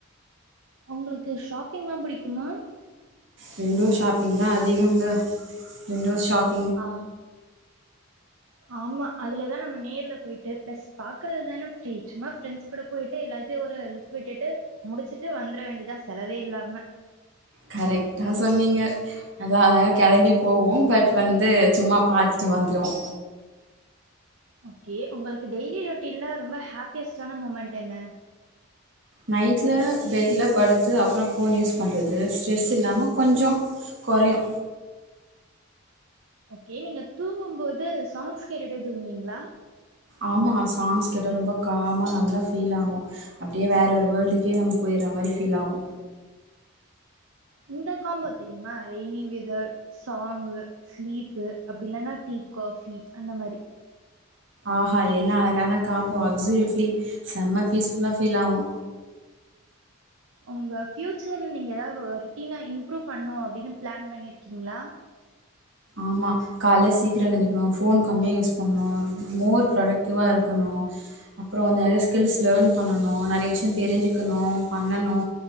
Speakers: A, on the right; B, on the right.
A: உங்களுக்கு ஷாப்பிங்ல்லா புடிக்குமா
B: விண்டோ ஷாப்பிங்தா அதிகங்க விண்டோ ஷாப்
A: ஆ ஆமா அதிலதா நம் நேர்ல போயிட்டு பிளஸ் பாக்கறது தான ஃப்ரி சும்மா ஃப்ரெண்ட்ஸ் கூட போயிட்டு எல்லாத்தியு ஒரு லுக் க்விட்டுட்டு முடிச்சிட்டு வந்துர வேண்டிதா செலவே இல்லாம
B: கரெக்டா சொன்னீங்க அதா <unintelligible> கெளம்பி போவோ பட் வந்து சும்மா பாத்துட்டு வந்துருவோ
A: ஓகே உங்களுக்கு டெய்லி ரொட்டீன்ல ரொம்ப ஹாப்பியஸ்டான மூமெண்ட் என்ன
B: நைட்ல பெட்லபடுத்து அப்புறோ ஃபோன் யூஸ் பண்றது ஸ்ட்ரெஸ் இல்லாம கொஞ்சே கொறையு
A: கே நீங்க தூங்குபோது சாங்ஸ் கேட்டுடே தூங்குவீங்களா
B: ஆமா சாங்ஸ் கேட்டா ரொம்ப காமா நல்லா ஃபீல் ஆவு அப்டியே வேற வேல்டுக்கே நம்ம போயிற மாரி ஃபீல் ஆவு
A: இந்த காம்போ தெரியுமா ரெய்னிவெதர் சாங்கு ஸ்லீப்பு அப்பிடி இல்லன்னா டீ காஃபி அந்த மாரி
B: ஆஹா என்ன அழகான காம்போ அப்சலிட்லி செம்ம பீஸ் ஃபுல்லா ஃபீல் ஆவு
A: உங்க ஃப்யூச்சர்லா நீங்க எதாது ஒர்ட்டீனா இம்ப்ரூவ் பண்ணு அப்பிடின்னு பிளான் பண்ணியிர்க்கீங்களா
B: ஆமா கால்ல சீக்கிரோ எழுஞ்சிக்கனு ஃபோன் கம்மியாக யூஸ் பண்ணு மோர் பிரொடக்டிவா இருக்கனு அப்புறோ நெறைய ஸ்கில்ஸ் லேன் பண்ணனு நெறைய விஷ்யோ தெரிஞ்சிக்கனு பண்ணனு